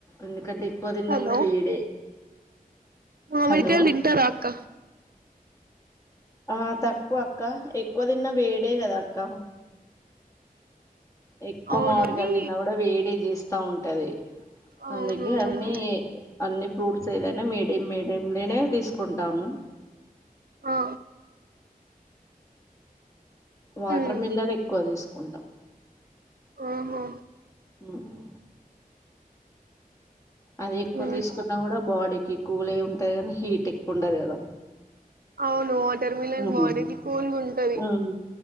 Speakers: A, on the left (about 20°); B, on the right (about 75°).
A: ఎందుకంటే పదిన్న
B: హలో
A: కూడా వీడే
B: మామిడికాయలు
A: హలో
B: తింటారా అక్క
A: ఆ తక్కువ అక్క ఎక్కువ తిన్నా వేడే కదా అక్క ఎక్కువ
B: అవును
A: మామిడికళ్
B: అని
A: తిన్నా కూడా వేడే చేస్తా ఉంటది
B: అవును
A: అందుకే
B: అవును
A: అన్ని అన్ని ఫ్రూట్స్ ఏదైనా మీడియం మీడియం లోనే తీసుకు కుంటాము
B: ఆ
A: వాటర్
B: ఉమ్
A: మిల్లర్ ఎక్కువ తీసుకుంటాం
B: ఓవో
A: మ్మ్మ్మ్ అది ఎక్కువ
B: ఉమ్
A: తీసుకున్నా కూడా బాడీకి కూల్యి ఉంటది కానీ హీట్ ఎక్కువ ఉంటది కదా
B: అవును వాటర్మిలన్
A: ఉహు
B: బాడీకిి కూల్గా ఉంటంది
A: ఉమ్